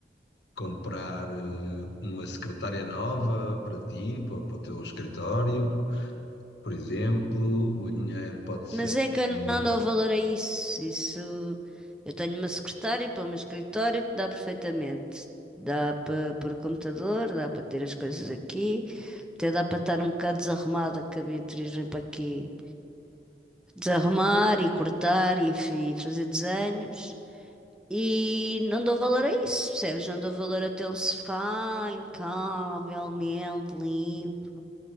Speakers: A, on the left (about 85°); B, in the centre.
A: comprar eh, uma secretária nova para ti, para, para o teu escritório, por exemplo. O dinheiro pode servir.
B: Mas é que eu não dou valor a isso. Isso eu tenho uma secretária para o meu escritório que dá perfeitamente. Dá para pôr o computador, dá para ter as coisas aqui, até dá para estar um bocado desarrumada, que a Beatriz vem para aqui desarrumar e cortar e fi- fazer desenhos. E não dou valor a isso, percebes? Não dou valor a ter um sofá impecavelmente limpo.